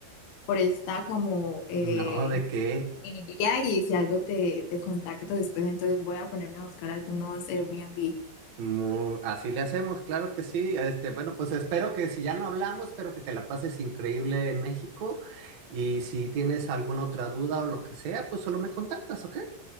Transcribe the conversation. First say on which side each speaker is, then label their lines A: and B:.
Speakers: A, on the left (about 75°); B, on the right (about 65°).
A: por esta como eh,
B: No, de que
A: mini guía y si algo te, te contacto después, entonces voy a ponerme a buscar algunos Airbnb.
B: mu- así le hacemos, claro que sí. Este, bueno, pues espero que si ya no hablamos, espero que te la pases increíble en México. Y si tienes alguna otra duda o lo que sea, pues solo me contactas, ¿ok?